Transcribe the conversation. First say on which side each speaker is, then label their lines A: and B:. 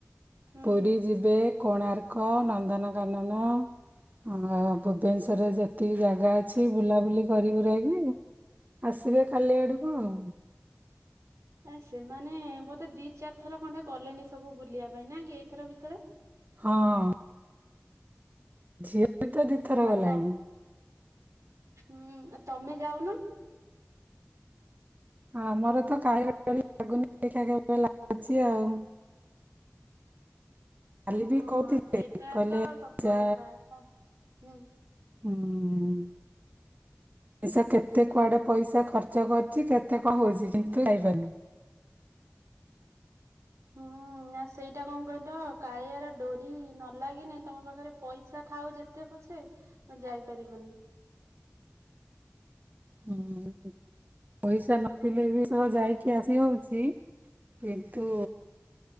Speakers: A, on the right; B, on the right.
A: ହୁଁ
B: ପୁରୀ ଯିବେ। କୋଣାର୍କ, ନନ୍ଦନକାନନ ହଁ ଭୁବେନେଶ୍ୱରରେ ଯେତିକି ଜାଗା ଅଛି ବୁଲାବୁଲି କରିକୁରା ଆଇବେ ଆଉ। ଆସିବେ କାଲି ଆଡ଼କୁ ଆଉ।
A: ଏ ସେମାନେ ବୋଧେ ଦି ଚାରି ଥର ଖଣ୍ଡେ ଗଲେନି ସବୁ ବୁଲିବା ପାଇଁ ନାଇଁ କି ଏଇଥର ଭିତରେ। ସେ
B: ହଁ ଝିଅ ବି ତ ଦିଇଥର ଗଲାଣି।
A: ତ ହୁଁ, ଅ ତମେ ଯାଉନ।
B: ହଁ ଆମର ତ କାଳିଆ ଡୋ଼ରୀ ଲାଗୁନି <unintelligible> ଆଉ। କାଲି
A: ହଁ
B: ବି କହୁଥିଲେ
A: ସେଇଟା
B: କହିଲେ
A: ତ ସତକଥା
B: ଯା
A: ହଁ, ହୁଁ।
B: ହୁଁ। ପଇସା କେତେ କୁଆଡେ ପଇସା ଖର୍ଚ୍ଚ କରୁଛି କେତେ କଣ ହଉଛି କିନ୍ତୁ ଯାଇପାରୁନୁ।
A: ହୁଁ ନା ସେଇଟା କଣ କହିଲ କାଳିଆର ଡୋ଼ରୀ ନଲାଗିନେ ତମ ପାଖରେ ପଇସା ଥାଉ ଯେତେ ପଛେ ତମେ ଯାଇପାରିବନି।
B: ହୁଁ ପଇସା ନଥିଲେ ବି <unintelligible> ଯାଇକି ଆସି ହଉଛି କିନ୍ତୁ